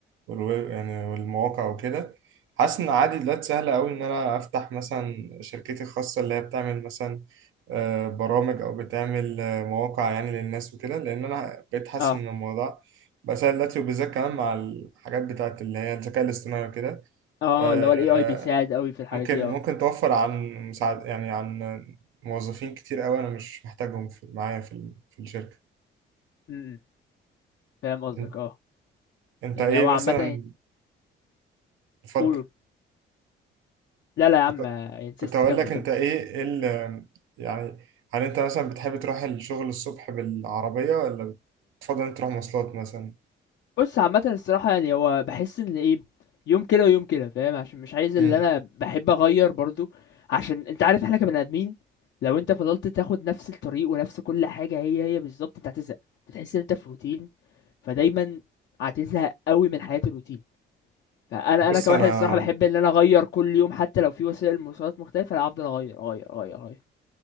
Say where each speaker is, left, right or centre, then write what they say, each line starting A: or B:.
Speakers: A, on the right; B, on the left.
A: والويب يعني والمواقع وكده حاسس ان عادي دلوقتي سهله قوي ان انا افتح مثلا شركتي الخاصه اللي هي بتعمل مثلا آه، برامج او بتعمل آه، مواقع يعني للناس وكده لان انا بقيت حاسس
B: اه
A: ان الموضوع بقى سهل دلوقتي وبالذات كمان مع الحاجات بتاعه اللي هي الذكاء الاصطناعي وكده
B: اه
A: آه،
B: اللي هو الاي اي بيساعد قوي في الحاجات
A: ممكن
B: دي اه
A: ممكن توفر عن مساعد يعني عن موظفين كتير قوي انا مش محتاجهم في معايا في ال- في الشركه
B: امم فاهم قصدك
A: انت,
B: اه
A: انت
B: يعني
A: ايه
B: هو عامة
A: مثلا تفضل
B: قول لا لا يا عم
A: كنت
B: انسيست
A: كنت هقول
B: كمل
A: لك
B: كمل
A: انت ايه إيه ال يعني هل انت مثلا بتحب تروح الشغل الصبح بالعربيه ولا بتفضل انت تروح مواصلات مثلا
B: بص عامة الصراحة يعني هو بحس ان ايه يوم كده ويوم كده فاهم عشان مش عايز اللي
A: امم
B: انا بحب اغير برضو عشان انت عارف احنا كبني ادمين لو انت فضلت تاخد نفس الطريق ونفس كل حاجة هي هي بالظبط انت هتزهق تحس ان انت في روتين فدايما هتزهق قوي من حياة الروتين فانا
A: بص
B: انا كواحد
A: انا
B: الصراحه بحب ان انا اغير كل يوم حتى لو في وسائل مواصلات مختلفه لا هفضل اغير اغير اغير اغير